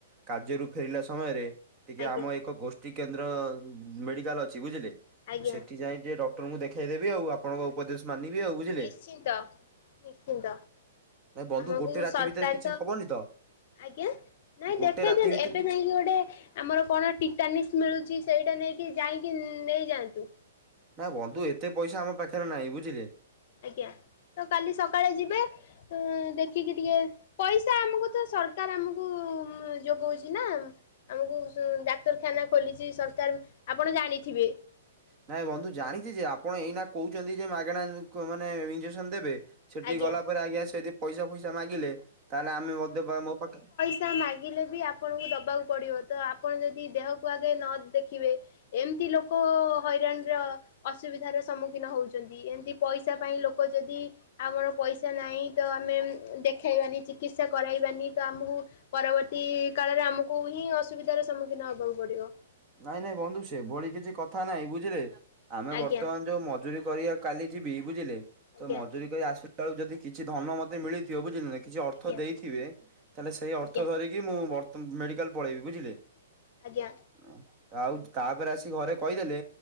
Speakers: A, on the right; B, on the left.
A: କାର୍ଯ୍ୟରୁ ଫେରିଲା ସମୟରେ ଟିକେ
B: ଆଜ୍ଞା
A: ଆମ ଏକ ଗୋଷ୍ ଟି କେନ୍ଦ୍ର ମେଡିକାଲ ଅଛି ବୁଝିଲେ,
B: ଆଜ୍ଞା
A: ସେଠି ଯାଇ ଟିକେ ଡକ୍ଟରଙ୍କୁ ଦେଖେଇ ଦେବି ଆଉ, ଆପଣଙ୍କ ଉପଦେଶ ମାନିବି ଆଉ, ବୁଝିଲେ।
B: ନିଶ୍ଚିନ୍ତ ନିଶ୍ଚିନ୍ତ
A: ନା ବନ୍ଧୁ
B: ଆମକୁ
A: ଗୋଟେ ରାତି
B: ସରକାର
A: ଭିତରେ କିଛି ହବନି ତ?
B: ଆଜ୍ଞା, ନାଇଁ
A: ଗୋଟେ
B: ଦେଖେଇ
A: ରାତି
B: ଦିଅନ୍ତୁ
A: ଭିତରେ
B: ଏବେ
A: କିଛି
B: ଯାଇଁକି ଗୋଟେ ଆମର କଣ ଟିଟାନିସ୍ ମିଳୁଚି ସେଇଟା ନେଇକି ଯାଇକି ନେଇଯାଆନ୍ତୁ।
A: ନା ବନ୍ଧୁ ଏତେ ପଇସା ଆମ ପାଖରେ ନାହିଁ ବୁଝିଲେ।
B: ଆଜ୍ଞା, ତ କାଲି ସକାଳେ ଯିବେ ଅ ଦେଖିକି ଟିକେ ପଇସା ଆମକୁ ତ ସରକାର ଆମକୁ ଯୋଗଉଚି ନା। ଆମକୁ ସୁ ଡାକ୍ତରଖାନା ଖୋଲିଚି ସରକାର।
A: <unintelligible>
B: ଆପଣ ଜାଣିଥିବେ
A: ନାଇଁ ବନ୍ଧୁ ଜାଣିଚି ଯେ, ଆପଣ ଏଇନା କହୁଚନ୍ତି ଯେ ମାଗଣା କ ମାନେ ଇଞ୍ଜେକସନ ଦେବେ। ସେଠିକି
B: ଆଜ୍ଞା।
A: ଗଲା ପରେ ଆଜ୍ଞା ସେ ଯଦି ପଇସା ଫଇସା ମାଗିଲେ ତାଲେ ଆମେ ମଧ୍ୟ ମୋ ପାଖେ
B: ସା ମାଗିଲେ ବି ଆପଣଙ୍କୁ ଦବାକୁ ପଡ଼ିବ ତ ଆପଣ ଯଦି ଦେହକୁ ଆଗେ ନ ଦେଖିବେ ଏମତି ଲୋକ ହଇରାଣରେ ଅସୁବିଧାର ସମ୍ମୁଖୀନ ହଉଚନ୍ତି, ଏମତି ପଇସା ପାଇଁ ଲୋକ ଯଦି ଆମର ପଇସା ନାଇଁ ତ ଆମେ ଉ ଦେଖେଇବାନି ଚି ଚିକିତ୍ସା କରାଇବାନି ତ ଆମକୁ ପରବର୍ତ୍ତୀ କାଳରେ ଆମକୁ ହିଁ ଅସୁବିଧାର ସମ୍ମୁଖୀନ ହବାକୁ ପଡିବ।
A: ନାଇଁ ନାଇଁ ବନ୍ଧୁ ସେଭଳି କିଛି କଥା ନାଇଁ ବୁଝିଲେ, ଆମେ
B: ଆଜ୍ଞା
A: ବର୍ତ୍ତମାନ ଯୋଉ ମଜୁରୀ କରିଆକୁ କାଲି ଯିବି ବୁଝିଲେ,
B: ଆଜ୍ଞା
A: ତ ମଜୁରୀ କରି ଆସିଲା ବେଳକୁ ଯଦି କିଛି ଧନ ମତେ ମିଳି ଯିବ ବୁଝିଲେ ନା କିଛି ଅର୍ଥ
B: ଆଜ୍ଞା
A: ଦେଇଥିବେ ତାହେଲେ ସେଇ ଅର୍ଥ
B: ଆଜ୍ଞା
A: ଧରି କି ମୁଁ ବରତ ମେଡିକାଲ ପଳେଇବି ବୁଝିଲେ।
B: ଆଜ୍ଞା।
A: ହଁ ତାଉତ୍ ତାପରେ ଆସିିକି ଘରେ କହିଦେଲେ